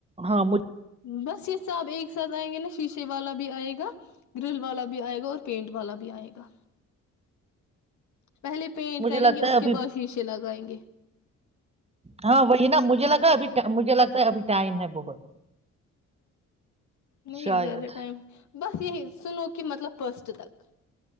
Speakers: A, on the right; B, on the left.
A: ہاں مجھ-
B: بس اس سے آپ ایک ساتھ آئیں گے نا شیشے والا بھی آئے گا گرل والا بھی بھی آئے گا اور پینٹ والا بھی آئے گا پہلے پینٹ
A: مجھے
B: کریں
A: لگتا
B: گے اس
A: ہے
B: کے
A: ابھی
B: بعد شیشے لگائیں گے
A: ہاں وہی نا مجھے لگا ابھی مجھے لگتا ابھی ٹائم ہے بہت
B: نہیں
A: شاید
B: زیادہ ٹائم بس ص سنوک کہ مطلب فسٹ تک